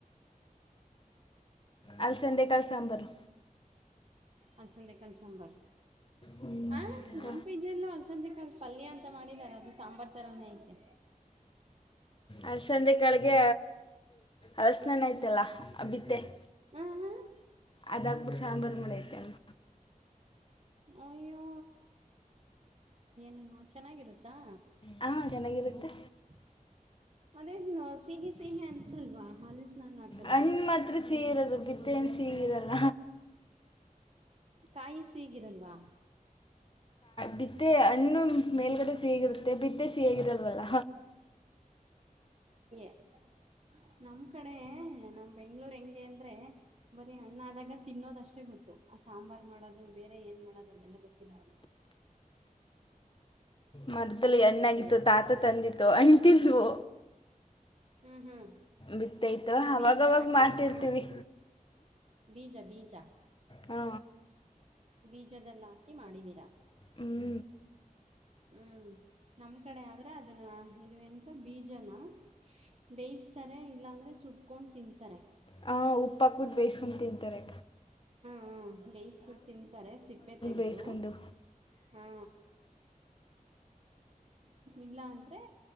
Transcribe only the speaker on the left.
ಅಲ್ಲಿಸಧ್ಯಕಾಲ ಸಾಂಬಾರು
ಹ್ಞೂ
ಅಕ್ಕ,
ಅಲ್ಸಡೆಕಾಲ್ಗೆ ಅರಸನ್ಣ ಆಯ್ತಲ್ಲ ಅಗತ್ತ <inaudible>
ಅದಾಗ್ಬಿಟ್ಟ ಸಾಂಬಾರು ಮಳ ಐತೆ ಅಮ್ಮ
ಹಾ ಚೆನ್ನಾಗಿರುತ್ತೆ
ಹಣ್ಣು ಮಾತ್ರ ಸಿಹಿ ಇರೋದು ಬಿತ್ತೆ ಸಿಹಿ ಇರಲ್ಲ
ಬಿದ್ದೆ ಅಣ್ಣು ಮೇಲ್ಗಡೆ ಸಿಗಿರುತ್ತೆ ಬಿದ್ದೆ ಸಿಗಿರಲ್ವಲ್ಲ
ಮರದಲ್ಲಿ
ಅಣ್ಣಾಗಿತ್ತು
ತಾತ ತಂದಿತ್ತು ಅಂಟನ್ವು
ಬಿತ್ತೈತು
ಅವಾಗವಾಗ
ಮಾಡ್ತಿರ್ತೀವಿ
ಹಾ
ಹ್ಞೂ
ಹ ಉಪ್ಪಾಕ್ಕಟ್ಟು ಬೇಯಿಸಕೊಂತಾರೆ
ಬೇಯಿಸ್ಕೊಂಡು